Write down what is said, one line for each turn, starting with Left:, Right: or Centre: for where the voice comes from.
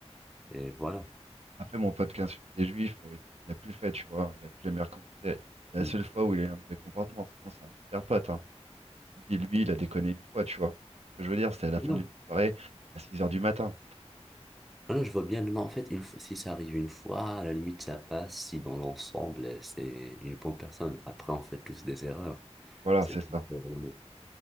Centre: Et voilà.
Right: Après, mon pote qui insulte les juifs, euh, il a plus fait, tu vois, il a plus jamais recommencé. C'est la
Centre: Mm.
Right: seule fois où il a eu un mauvais comportement, sinon c'est un super pote, hein. Je te le dis, lui, il a déconné une fois, tu vois. C'est Ce que je veux dire, c'était à la fin
Centre: Hein.
Right: d'une soirée, à six heures du matin.
Centre: Non, non, je vois bien. Non, non, en fait, une fois, si ça arrive une fois, à la limite, ça passe. Si dans l'ensemble, euh, c'est une bonne personne. Après, on fait tous des erreurs.
Right: Voilà,
Centre: C'est
Right: c'est
Centre: pas
Right: ça.
Centre: grave.